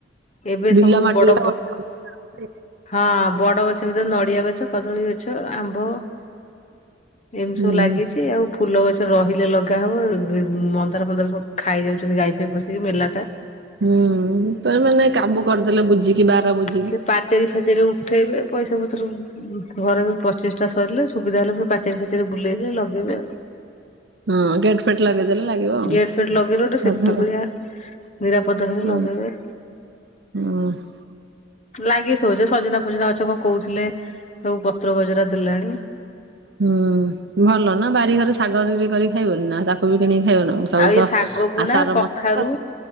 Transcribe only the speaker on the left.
ଏବେ ସବୁ
ବଡ
ହଁ ବଡ଼ ଗଛ ଭିତରେ ନଡ଼ିଆ ଗଛ, କଦଳୀ ଗଛ, ଆମ୍ବ ଏମିତି
ସବୁ ଲାଗିଛି। ଆଉ ଫୁଲ ଗଛ। ସେ ରହିଲେ ଲଗା ହବ, ଉଁ, ମନ୍ଦାର ଫନ୍ଦାର ସବୁ ଖାଇ ଯାଉଛନ୍ତି ଗାଈ ଫାଇ ପଶିକି ମେଲା ଟା।
ସେ ପାଚେରୀ ଫାଚେରୀ ଉଠେଇବେ। ପଇସା ପତ୍ର ଘରବି ପ୍ରତିଷ୍ଠା ସରିଲେ ସୁବିଧା ହେଲେ ପୁଣି ପାଚେରି ଫାଚେରି ବୁଲେଇଲେ ଲଗେଇବେ ଆଉ।
ଗେଟ୍ ଫେଟ୍ ଲଗେଇଲେ ଗୋଟେ ସେଫ୍ଟି ଭଳିଆ ନିରାପଦ ରେ
ଲଗେଇବେ।
ଲାଗି ସ ଯୋଉ ସଜନା ଫଜନା ଗଛ କଣ କହୁଥିଲେ ସବୁ ପତ୍ର ଗଜରା ଦେଲାଣି।
ଆଉ ଏଇ
ଶାଗ ବୁଣା
କଖାରୁ